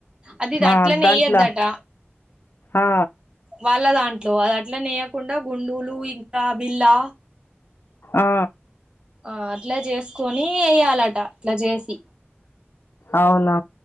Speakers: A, on the right (about 20°); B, on the left (about 60°).
A: అది
B: ఆ
A: అట్లనే
B: దాంట్ల
A: వేయద్దట
B: ఆ
A: వాళ్ళ దాంట్లో అదట్ల నేయకుండా గుండూలు ఇ కాబిల్లా
B: ఆ
A: ఆ అట్ల జేసుకోనీ ఎయాలట అట్ల జేసి
B: అవునా